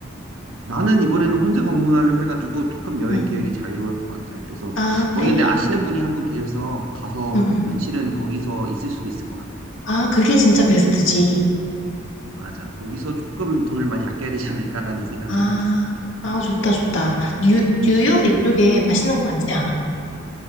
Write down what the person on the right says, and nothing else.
나는 이번에는 혼자 방문하려고 해가지고 조금 여행
계획이 자유로울 것 같아. 그래서
거기 근데 아시는 분이 한 분 계셔서 가서
며칠은 거기서 있을 수도 있을 것 같아.
맞아. 거기서 조금 돈을 많이 아껴야 되지 않을까라는 생각을
하고 있어.